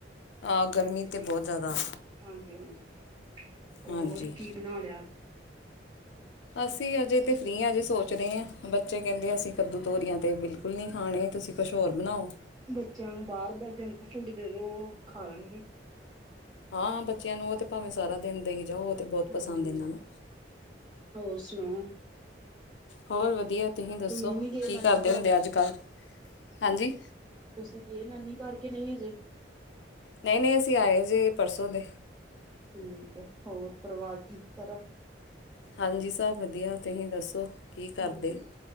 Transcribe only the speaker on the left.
ਆਹ
ਤਾਂ ਬਹੁਤ ਜ਼ਿਆਦਾ
ਹਾਂਜੀ
ਅਸੀਂ ਅਜੇ ਤੇ ਫ੍ਰਰੀ ਆਂ ਅਜੇ ਸੋਚ ਰੇ ਆਂ ਬੱਚੇ ਕੈਂਦੇ ਅਸੀਂ ਕੱਦੂ, ਤੋਰੀਆਂ ਤੇ ਬਿਲਕੁਲ ਨੀ ਖਾਣੇ। ਤੁਸੀਂ ਕੁਛ ਹੋਰ ਬਨਾਓ।
ਹਾਂ ਬੱਚਿਆਂ ਨੂੰ ਓ ਤੇ ਭਾਵੇਂ ਸਾਰਾ ਦਿਨ ਦੇਈ ਜਾਓ। ਤਾਂ ਬਹੁਤ
ਪਸੰਦ ਇਹਨਾਂ ਨੂੰ
ਹੋਰ ਵਧੀਆ ਤੁਹੀਂ ਦੱਸੋ
ਕੀ
ਕਰਦੇ
ਹੁੰਦੇ ਅੱਜ ਕੱਲ? ਹਾਂਜੀ।
ਨਈ ਨਈ ਅਸੀਂ ਆਏ ਜੇ ਪਰਸੋਂ ਦੇ।
ਹਾਂਜੀ, ਸਭ ਵਧੀਆ ਤੁਹੀ ਦੱਸੋ? ਕੀ ਕਰਦੇ